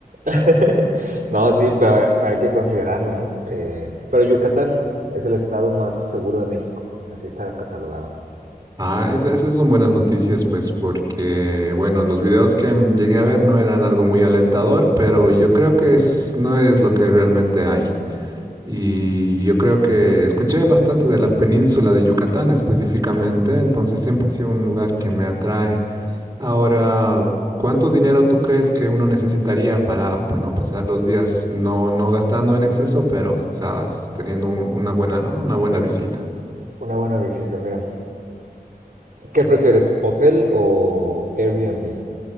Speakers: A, on the right (about 60°); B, on the right (about 20°).
A: <laughs> No, sí, pero, pero hay que considerarlo, ¿no? Eh, pero Yucatán es el estado más seguro de México, así está catalogado.
B: Ah, eso, eso son buenas noticias, pues, porque, bueno, los videos que mm, llegué a ver no eran algo muy alentador, pero yo creo que es, no es lo que realmente hay. Y yo creo que escuché bastante de la península de Yucatán específicamente, entonces siempre ha sido un lugar que me atrae. Ahora, ¿cuánto dinero tú crees que uno necesitaría para, bueno, pasar los días no, no gastando en exceso, pero quizás teniendo un- una buena, ¿no? Una buena visita?
A: Una buena visita, mira. ¿Qué prefieres, hotel o Airbnb?